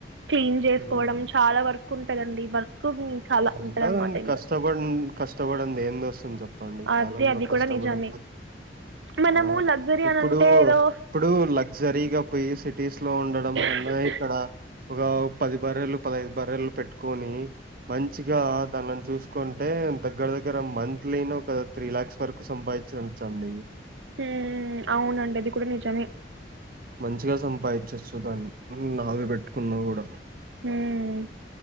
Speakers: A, on the right (about 80°); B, on the right (about 55°).
A: క్లీన్ చేసుకోవడం
B: హ్మ్.
A: చాలా వర్క్ ఉంటందండి వర్క్ చాలా ఉంటుంది
B: ఉంటదండి
A: అనమాట ఇంకా
B: కష్టపడి కష్టపడింది ఏం దోస్తుంది చెపు ప్పండి ఈ
A: అదే
B: కాలంలో
A: అది
B: కష్టపడపోదు
A: కూడా నిజమే మనము
B: ఆ
A: లగ్జరీ
B: ఇప్పుడు
A: అని అంటే ఏదో
B: ఇప్పుడు లగ్జరీగా పోయి సిటీస్ లో ఉండడం
A: హ్మ్.
B: కన్నా ఇక్కడ ఒక పది బర్రెలు పదైదు బర్రెలు పెట్టుకొని మంచిగా దానిని చూసుకుంటే దగ్గర దగ్గర మంత్లీని ఒక త్రీ లాక్స్ వరకు సంపాదించ చ చండి
A: హు అవునండి అది కూడా నిజమే
B: మంచిగా సంపాదించొచ్చు దాన్ని నావి పెట్టుకున్నా కూడా
A: హ్మ్.